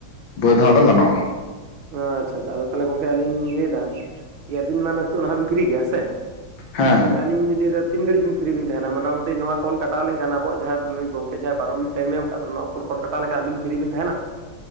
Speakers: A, on the left; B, on the right.
A: ᱵᱟᱹᱫᱽ
B: ᱦᱮᱸ
A: ᱦᱚᱸ ᱟᱫᱚ ᱜᱟᱱᱚᱜᱼᱟ
B: ᱟᱪᱪᱷᱟ ᱟᱪᱪᱷᱟ ᱟᱫᱚ ᱛᱟᱦᱚᱞᱮ ᱜᱚᱝᱠᱮ ᱟᱞᱤᱧ ᱞᱟᱹᱭ ᱫᱟ ᱟᱵᱤᱱ ᱢᱟ ᱱᱤᱛᱚᱜ ᱱᱟᱦᱟᱜ ᱵᱤᱱ ᱯᱷᱤᱨᱤ ᱜᱮᱭᱟ ᱦᱮᱸᱥᱮ
A: ᱦᱮᱸ
B: ᱟᱹᱞᱤᱧ ᱞᱤᱧ ᱞᱟᱹᱭ ᱫᱟ ᱛᱤᱱ ᱜᱷᱟᱹᱲᱤᱡ ᱵᱤᱱ ᱯᱷᱤᱨᱤ ᱵᱤᱱ ᱛᱟᱦᱮᱱᱟ ᱢᱚᱴᱟᱢᱩᱴᱤ ᱱᱚᱣᱟ ᱠᱚᱞ ᱠᱟᱴᱟᱣ ᱞᱮᱠᱷᱟᱱ ᱟᱵᱚ ᱡᱟᱦᱟᱸ ᱱᱩᱭ ᱜᱚᱝᱠᱮ ᱡᱟᱦᱟᱸᱭ ᱵᱟᱨᱚ ᱢᱤ ᱴᱟᱭᱤᱢ ᱮᱢ ᱟᱠᱟᱜ ᱵᱚᱱᱟ ᱱᱚᱣᱟ ᱯᱷᱩᱱ ᱠᱚᱞ ᱠᱟᱴᱟᱣ ᱞᱮᱠᱷᱟᱱ ᱟᱵᱤᱱ ᱯᱷᱤᱨᱤ ᱵᱤᱱ ᱛᱟᱦᱮᱱᱟᱹ